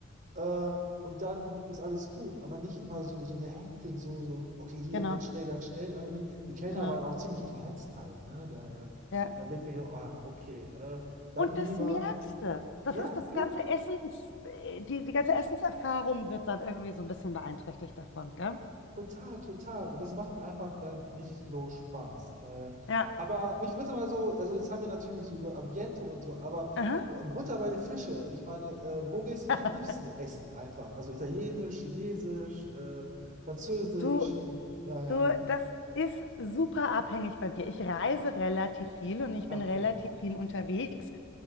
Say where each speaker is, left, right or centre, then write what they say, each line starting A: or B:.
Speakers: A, on the right; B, on the left.
A: Äh, und dann ist alles gut, aber nicht immer so, so eine Hektik, so, so, okay, hier,
B: genau,
A: ganz schnell, ganz schnell irgendwie. Die Kellner
B: genau.
A: waren auch ziemlich gehetzt halt, ne, daher.
B: Ja.
A: Und dann denke ich, auch, ah, okay, äh, dann
B: Und das
A: lieber,
B: merkst du. Das
A: ja,
B: ist das
A: klar,
B: ganze Essens, äh, die, die ganze Essenserfahrung wird dann irgendwie so ein bisschen beeinträchtigt davon, gell?
A: total, total. Und das macht einfach dann nicht so Spaß, daher.
B: Ja.
A: Aber mich würde mal so, also jetzt haben wir natürlich so über Ambiente und so, aber
B: Aha.
A: äh, Butter bei den Fische, ich meine, äh, wo gehst du denn
B: <laughs>
A: am liebsten essen einfach? Also italienisch, chinesisch, äh, französisch,
B: Du,
A: äh, daher,
B: du, das ist super abhängig bei mir. Ich reise relativ viel und ich bin
A: okay.
B: relativ viel unterwegs.